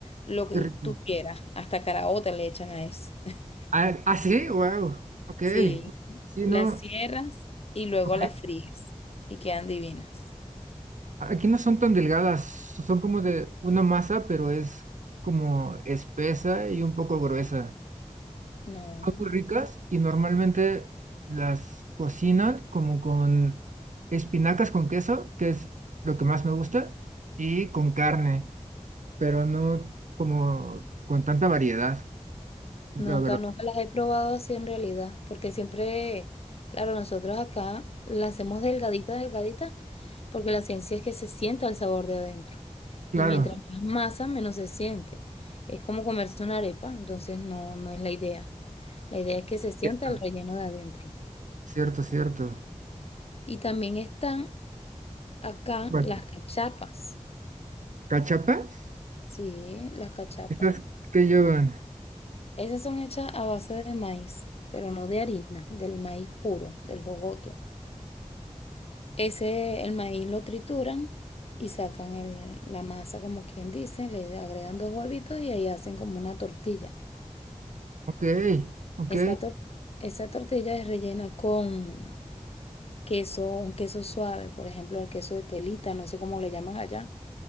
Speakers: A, on the left; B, on the right.
A: lo que
B: qué rico.
A: tú quieras. Hasta caraota le echan a eso. <laughs>
B: Ah, ah, sí, wow, ok.
A: Sí,
B: Sí,
A: las
B: no,
A: cierras y luego
B: ok.
A: las fríes y quedan divinas.
B: Aquí no son tan delgadas, son como de una masa, pero es como espesa y un poco gruesa.
A: No.
B: Son muy ricas y normalmente las cocinan como con espinacas con queso, que es lo que más me gusta, y con carne, pero no como con tanta variedad, la
A: Nunca,
B: verdad.
A: nunca las he probado así en realidad, porque siempre, claro, nosotros acá las hacemos delgadita, delgadita, porque la ciencia es que se sienta el sabor de adentro.
B: Claro,
A: Y mientras más masa, menos se siente. Es como comerse una arepa, entonces no, no es la idea. La idea es que se sienta
B: cierto,
A: el relleno de adentro.
B: cierto. cierto.
A: Y también están acá
B: Bueno,
A: las cachapas.
B: cachapas,
A: Sí, las cachapas.
B: estas que llevan.
A: Esas son hechas a base de maíz, pero no de harina, del maíz puro, del jojoto. Ese, el maíz lo trituran y sacan el- la masa, como quien dice, le agregan dos huevitos y ahí hacen como una tortilla.
B: Ok, ok.
A: Esa, tor- esa tortilla es rellena con queso, un queso suave, por ejemplo, el queso de telita, no sé cómo le llaman allá,